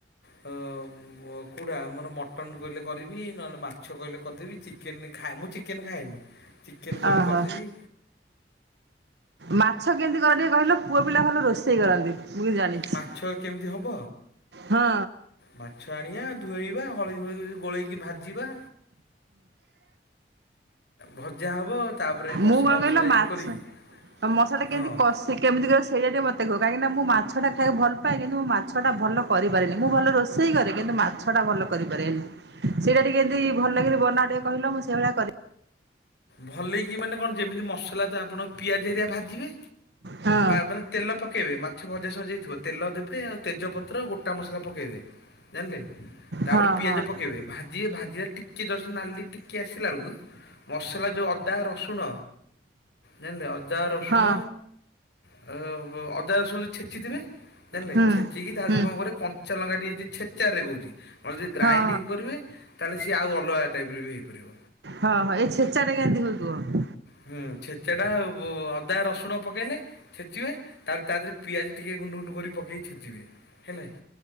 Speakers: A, on the left; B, on the right.
A: କେଉଁଟା ଆମର ମଟନ୍ କହିଲେ କରିବି। ନହେଲେ ମାଛ କହିଲେ କରିଦେବି। ଚିକେନ ଖାଏ ମୁଁ ଚିକେନ୍ ଖାଏନି ଚିକେନ୍ କହିଲେ
B: ଓହୋ
A: କରିଦେବି।
B: ମାଛ କେମିତି କର ଟିକେ କହିଲ ପୁଅ ପିଲା ଭଲ ରୋଷେଇ କରନ୍ତି। ମୁ ଜାଣିଛି,
A: ମାଛ କେମିତି ହବ?
B: ହଁ।
A: ମାଛ ଆଣିବା ଧୋଇଇବା ହଳଦୀ ହଳଦ ଗୋଳେଇକି ଭାଜିବା। ଭଜା ହବ। ତାପରେ ମସଲା
B: ମୁଁ କଣ କହିଲ,
A: ଫସଲା
B: ମାଛ
A: ଇଏ କରିକି
B: ମସଲା ଟା
A: ହଁ
B: କେମିତି କଷ ସେମତି କିବ ସେଇଟା ଟିକ ମତେ କାହିଁକିନା ମୁଁ ମାଛା ଖାଇକୁ ଭଲପଏ କିନ୍ତୁ ମୁଁ ମାଛଟା ଭଲ କରିପାରେନି ମୁଁ ଭଲ ରୋଷେଇ କରେ କିନ୍ତୁ ମାଛ ଟା ଭଲ କରିପାରେନି। ସେଇଟା ଟିକେମିତି ଭଲ ଲାଗି ବନା ଟିକେ କହିଲ ମୁଁ ସେଇ ଭଳିଆ କରିବି।
A: ଭଲେଇକି ମାନେ କଣ ଯେମିତି ମସଲା ତ ଆପଣ ପିଆଜ ହେରିଆ ଭାଜିବେ
B: ହଁ
A: ମାନେ ତେଲ ପକେଇବେ ମାଛ ଭଜା ସରିଯାଇଥିବ ତେଲ ଦେବେ ଆଉ ତେଜପତ୍ର ଗୋଟା ମସଲା ପକେଇବେ। ଜାଣିଲେ। ତାପରେ
B: ହଁ
A: ପିଆଜ
B: ହଁ
A: ପକେଇବେ ଭାଜିବେ ଭାଜି ଟିକେ ଜଷ୍ଟ୍ ନାଲି ଟିକେ ଆସିଲା ବେଳକୁ। ମସଲା ଯୋଉଁ ଅଦା ରସୁଣ ଜାଣିଲେ ଅଦା ରସୁଣ।
B: ହଁ
A: ଅ ବ ଅଦା ରସୁଣ ଛେଚିଥିବେ ଜାଣିଲେ
B: ହୁଁ
A: ଛେଚିକି ତା
B: ହୁଁ
A: ଦେହରେ କଣ କରିବେ କ। କଂଚା ଲଙ୍କା ଟିକଏ ଯଦି ଛେଚାରରେ କହୁଛି ନହେଲେ ଯଦି ଗ୍ରାଇଡିଙ୍ଗ୍
B: ହଁ
A: କରିବେ। ତାହେଲେ ସିଏ ଆଉ ଅଲଗା ଟାଇପ୍ ର ବି ହୋଇପାରିବ।
B: ହଁ ହଁ ଏଇ ଛେଚାଟେ କେମିତି ହୁଏ କୁହ।
A: ହୁଁ ଛେଚା ଟା ଅଦା ରସୁଣ ପକେଇଲେ। ଛେଚିବେ ତାପରେ ତା ଦେହରେ ପିଆଜ ଟିକେ ଗୁଣ୍ଡୁ ଗୁଣ୍ଡୁ କରି ପକେଇ ଛେଚିବେ ହେଲାକି‌।